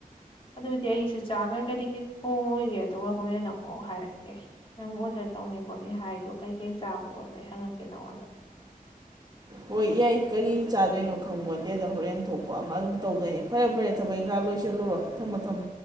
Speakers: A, on the left; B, on the right.
A: ꯑꯗꯨꯗꯤ ꯑꯩꯁꯨ ꯆꯥꯈ꯭ꯔꯒ ꯀꯔꯤ ꯀꯔꯤ ꯊꯣꯡꯉꯣꯏꯒꯦ ꯑꯗꯨꯒ ꯍꯣꯔꯦꯟ ꯑꯃꯐꯥꯎ ꯍꯥꯏꯔꯛꯀꯦ ꯅꯪ ꯑꯣꯔꯗꯔ ꯇꯧꯅꯤ ꯈꯣꯠꯅꯤ ꯍꯥꯏꯗꯣ ꯀꯩꯀꯩ ꯆꯥꯕꯅꯣꯗꯣ ꯑꯩ ꯍꯪꯛꯀꯦ ꯅꯪꯉꯣꯟꯗ
B: ꯍꯣꯏ ꯌꯥꯏ ꯀꯔꯤ ꯆꯥꯗꯣꯏꯅꯣ ꯈꯪꯕꯣ ꯅꯠꯇꯦꯗ ꯍꯣꯔꯦꯟ ꯊꯣꯛꯄ ꯑꯃ ꯑꯗꯨꯝ ꯇꯧꯗꯣꯏꯅꯤ ꯐꯔꯦ ꯐꯔꯦ ꯊꯕꯛ ꯏꯪꯈꯥꯡ ꯂꯣꯏꯁꯤꯜꯂꯨꯔꯣ ꯊꯝꯃꯣ ꯊꯝꯃꯣ